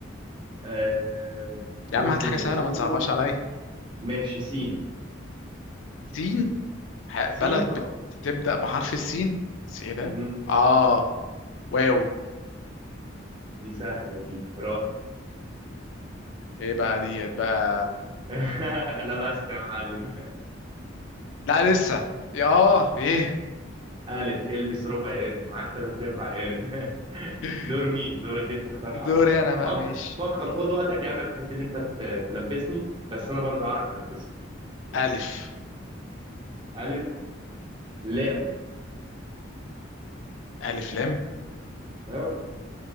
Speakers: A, on the right; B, on the left.
A: <laughs> آه ممكن
B: يا عم هات حاجة سهلة
A: نقوله
B: ما تصعبهاش عليا
A: ماشي سين
B: سين ح-
A: سين
B: بلد
A: اه
B: بتبدأ بحرف السين بس إيه ده
A: مم.
B: آه واو
A: دي سهله دي را
B: إيه بقى ديت بقى
A: <laughs> لبست يا معلم
B: لا لسه يا آه إيه
A: ألف البس ربع قرد معاك تلات أرباع قرد <laughs>
B: <laughs>
A: دور مين دورك أنت اختار حرف
B: دوري أنا بقى
A: فك
B: ماشي
A: فكر خد وقتك يا عم بحيث إن أنت ت- تلبسني بس أنا برضه أعرف ألبسك
B: ألف
A: ألف لام
B: ألف لام
A: أه